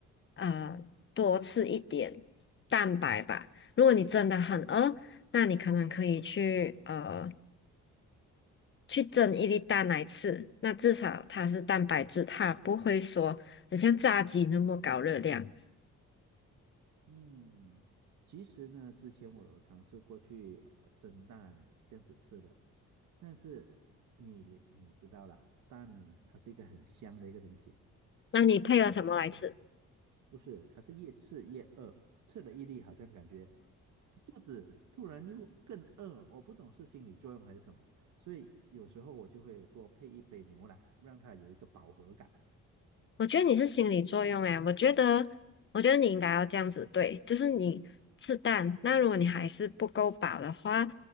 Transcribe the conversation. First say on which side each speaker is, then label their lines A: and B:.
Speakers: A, on the left (about 40°); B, on the right (about 75°).
A: 呃多吃一点蛋白吧。如果你真的很饿，那你可能可以去呃去蒸一粒蛋来吃，那至少它是蛋白质，它不会说很像炸鸡那么高热量。
B: 嗯，其实呢，之前我有尝试过去呃蒸蛋这样子吃的，但是你你知道啦，蛋呢，它是一个很香的一个东西，
A: 那你配了什么来吃？
B: 你不是，它是越吃越饿，吃了一粒好像感觉肚子突然又更饿，我不懂是心理作用还是什么，所以有时候我就会多配一杯牛奶，让它有一个饱和感。
A: 我觉得你是心理作用诶，我觉得，我觉得你应该要这样子对，就是你吃蛋，那如果你还是不够饱的话，